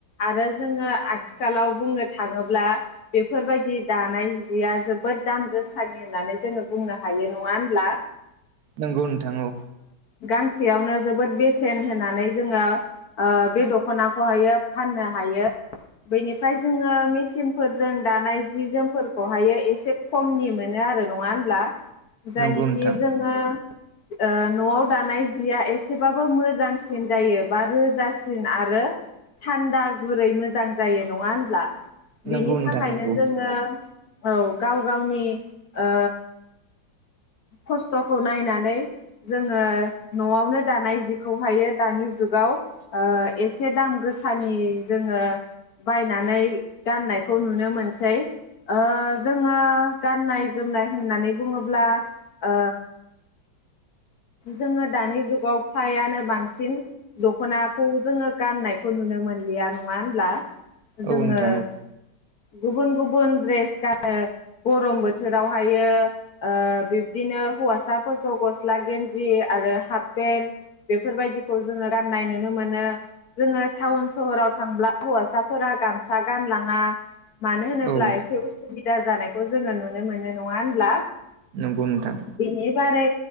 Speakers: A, on the left; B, on the right.
A: आरो जोङो आथिखालाव बुंनो थाङोब्ला बेफोरबायदि दानाय जिया जोबोद दाम गोसानि होननानै जोङो बुंनो हायो। नङा होनब्ला?
B: नंगौ नोंथां औ।
A: गांसेयावनो जोबोद बेसेन होनानै जोङो ओ बे दख'नाखौहायो फाननो हायो। बेनिफ्राय जोङो मेसिनफोरजों दानाय जि जोमफोर खौहायो एसे खमनि मोनो आरो। नङा होनब्ला? जायनिखि
B: नंगौ नोंथां
A: जोङो ओ न'आव दानाय जिया एसेबाबो मोजांसिन जायो बा रोजासिन आरो थान्दा गुरै मोजां जायो। नङा होनब्ला?
B: नंगौ
A: बिनि
B: नोंथां
A: थाखायनो
B: नंगौ
A: जोङो औ गाव गावनि ओ खस्थ'खौ नायनानै जोङो न'आवनो दानाय जिखौहायो दानि जुगाव ओ एसे दाम गोसानि जोङो बायनानै गाननायखौ नुनो मोनसै। ओ जोङो गाननाय जोमनाय होननानै बुङोब्ला ओ जोङो दानि जुगाव फ्रायानो बांसिन दख'नाखौ जोङो गाननायखौ नुनो मोनलिया। नङा होनब्ला? जोङो
B: औ नोंथां औ।
A: गुबुन गुबुन द्रेस गानो, गरम बोथोरावहायो ओ बिब्दिनो हौवासाफोरखौ गस्ला गेन जि आरो हाफ पेन्ट बेफोरबायदिखौ जोङो गाननाय नुनो मोनो। जोङो टाउन सहराव थांब्ला हौवासाफोरा गामसा गानलाङा। मानो होनोब्ला
B: औ
A: एसे उसु बिदा जानायखौ जोङो नुनो मोनो। नङा होनब्ला?
B: नंगौ नोंथां
A: बिनि बारै